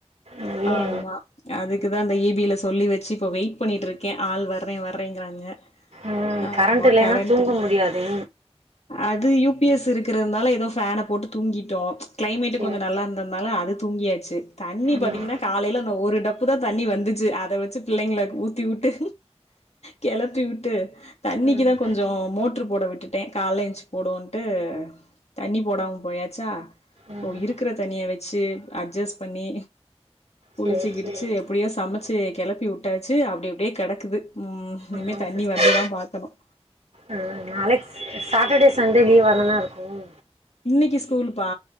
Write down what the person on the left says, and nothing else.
ஆமா அதுக்குதான் அந்த இபில சொல்லி வச்சு இப்ப வெயிட் பண்ணிட்டு இருக்கேன் ஆள் வர மதியம் வர்றேங்கிறாங்க
ஆமா,
ஓகே.
இல்ல.
அது யூ பிஎஸ் இருக்கிறதுனால ஏதோ ஃபேன போட்டு தூங்கிட்டோம் கிளைமேட்டு்
கொஞ்சம் நல்லா இருந்ததுனால அது தூங்கியாச்சு தண்ணி
பாத்தீங்கன்னா காலைல அந்த ஒரு டப்பு தான் தண்ணி வந்துச்சு அத வச்சு பிள்ளைங்க ஊத்தி விட்டு கிளத்தி விட்டு தண்ணிக்குதான்
கொஞ்சம் மோட்ரு போட விட்டுட்டேன் காலைய எஞ்சி ட்டு தண்ணி போடாம போயாச்சா
சோ இருக்கிற தனிய வச்சு அட்ஜஸ்ட் பண் ணி புடிச்சு
கிடிச்சு
எப்டியோ
சமச்சு கெளப்பி விட்டாச்சு அப்படி அப்படியே கெடக்குது உம் இனிமே
தண்ணி
வந்துதான் பாக்கணும்
இனிக்கு ஸ்கூல்பா